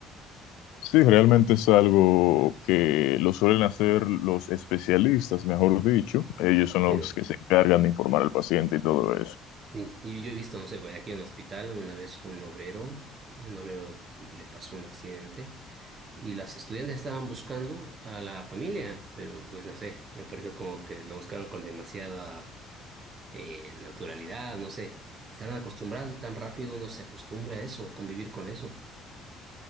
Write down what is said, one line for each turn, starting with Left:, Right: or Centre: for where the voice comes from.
Left: Sí, realmente es algo que lo suelen hacer los especialistas, mejor dicho. Ellos son los
Right: Pero,
Left: que se encargan de informar al paciente y todo eso.
Right: y, y yo he visto, no sé, pues, aquí en un hospital, una vez un obrero, un obrero le pasó un accidente y las estudiantes estaban buscando a la familia, pero pues no sé, me pareció como que lo buscaron con demasiada eh, naturalidad, no sé, estarán acostumbrados tan rápido uno se acostumbra a eso, a convivir con eso.